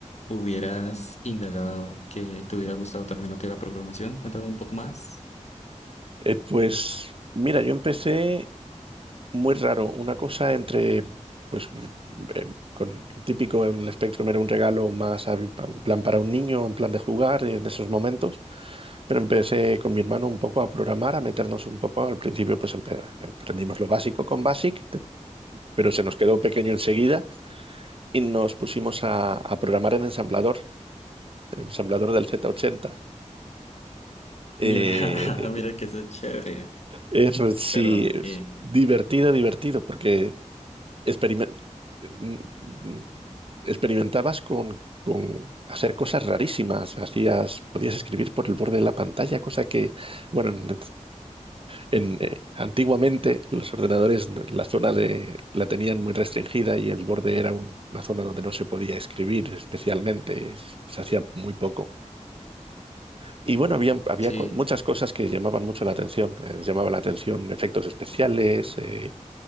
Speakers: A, on the left (about 60°); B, on the right (about 45°).
A: hubieras indagado que te hubiera gustado también lo que es la programación. Cuéntame un poco más.
B: Eh, pues mira, yo empecé muy raro. Una cosa entre, pues, eh, con lo típico en el Spectrum era un regalo más a- en plan para un niño, en plan de jugar en esos momentos. Pero empecé con mi hermano un poco a programar, a meternos un poco. Al principio, pues empe- aprendimos lo básico con BASIC, te- pero se nos quedó pequeño enseguida y nos pusimos a, a programar en ensamblador, en ensamblador del Z80. Eh,
A: Mira, <laughs> mira que eso es chévere.
B: es, sí,
A: Perdón.
B: es
A: eh,
B: divertido, divertido, porque experimen- mm, experimentabas con, con hacer cosas rarísimas. Hacías, podías escribir por el borde de la pantalla, cosa que, bueno, en, en, eh, antiguamente los ordenadores, la zona de, la tenían muy restringida y el borde era un- una zona donde no se podía escribir especialmente, es- se hacía muy poco. Y bueno, había, había
A: sí,
B: co- muchas cosas que llamaban mucho la atención. eh, llamaba la atención efectos especiales, eh,